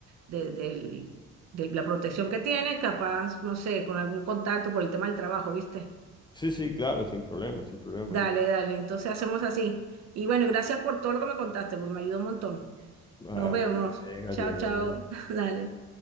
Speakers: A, on the right; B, on the left.
A: de, del- de la protección que tiene, capaz, no sé, con algún contacto por el tema del trabajo, ¿viste?
B: Sí, sí, claro, sin problema, sin problema.
A: Dale,
B: Yo,
A: dale, entonces hacemos así. Y bueno, gracias por todo lo que me contaste, porque me ayudó un montón.
B: vale,
A: Nos vemos.
B: bien,
A: Chao,
B: adiós.
A: chao. <laughs> Dale.